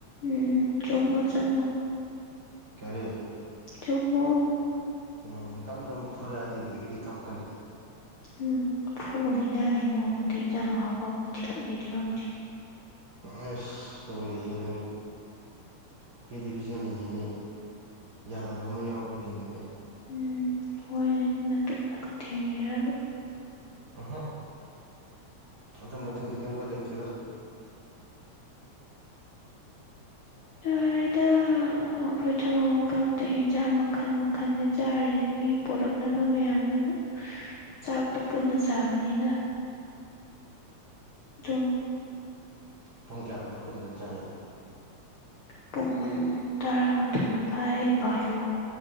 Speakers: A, on the left (about 70°); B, on the right (about 45°).
A: ꯎꯝ ꯆꯣꯡꯉꯣ ꯆꯪꯉꯣ
B: ꯀꯔꯤ
A: ꯆꯣꯡꯃꯨ
B: ꯎꯝ ꯗꯝ ꯗꯝ ꯐꯨꯔꯛꯑꯗꯤ ꯍꯧꯖꯤꯗꯒꯤꯗꯤ ꯀꯞꯀꯅꯤ
A: ꯎꯝ ꯐꯨꯕꯅꯤꯗꯂꯦ ꯅꯣꯡꯃꯗꯤ ꯏꯟꯖꯥꯡ ꯍꯥꯎꯕ ꯑꯃ ꯊꯤꯜꯂꯛꯅꯤꯗꯤ ꯈꯪꯗ꯭ꯦ
B: ꯁ ꯇꯔꯦ ꯅꯪꯁꯨ ꯀꯔꯤꯗꯤ ꯄꯤꯖꯅꯤꯡꯉꯤꯅꯦ ꯌꯥꯗꯕ ꯑꯃ ꯌꯥꯎꯕꯈꯩꯅꯤꯅꯦ
A: ꯎꯝ ꯍꯣꯏꯅꯦ ꯑꯩꯅ ꯇꯣꯛꯂꯒ ꯊꯦꯡꯉꯦꯔꯕ
B: ꯑꯍ ꯑꯗꯨꯗꯝꯕ ꯊꯤꯡꯕꯤꯅ ꯀ ꯂꯩꯇꯦꯗ
A: ꯌꯥꯔꯦꯗ ꯑꯩꯈꯣꯏ ꯊ ꯃꯐꯝꯗ ꯏꯟꯁꯥꯡ ꯃꯈꯟ ꯃꯈꯜꯗ ꯆꯥꯔꯤꯁ ꯃꯤ ꯄꯣꯔꯛꯅꯕ ꯃꯌꯥꯝꯗꯨꯅ ꯆꯥꯛꯇꯣ ꯄꯨꯟꯅ ꯆꯥꯕꯅꯤꯅ <inaudible> ꯑꯗꯨꯝ
B: ꯄꯨꯡ ꯀꯌꯥꯗꯒ ꯄꯨꯟ ꯄꯨꯟ ꯆꯥꯏꯔꯛꯁꯦ
A: ꯄꯨꯡ ꯨꯡ ꯇꯔꯥꯃꯥꯊꯣꯏ ꯃꯈꯥꯏ ꯕꯥꯔꯣ